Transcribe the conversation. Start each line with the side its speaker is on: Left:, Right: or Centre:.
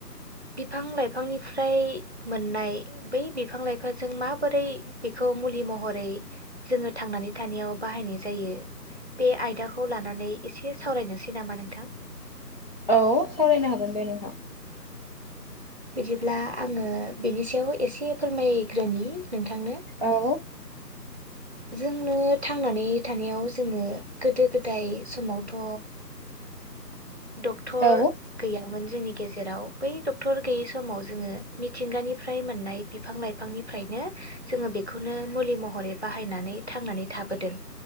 Right: बिफां लाइफांनिफ्राय मोननाय बै बिफां लाइफाजों माबोरै बेखौ मुलि महरै जोङो थांनानै थानायाव बाहायनाय जायो बे आयदाखौ लानानै एसे सावरायनोसै नामा नोंथां
Left: औ सावरायनो हागोन दे नोंथां।
Right: बिदिब्ला आङो बेनि सायाव एसे फोरमायग्रोनि। नोंथांनो
Left: औ
Right: जोंनो थांनानै थानायाव जोङो गोदो गोदाय समावथ' डक्टर
Left: औ
Right: गैयामोन जोंनि गेजेराव बै डक्टर गैयै समाव जोङो मिथिंगानिफ्राय मोननाय बिफां लाइफांनिफ्रायनो जोङो बेखौनो मुलि महरै बाहायनानै थांनानै थाबोदों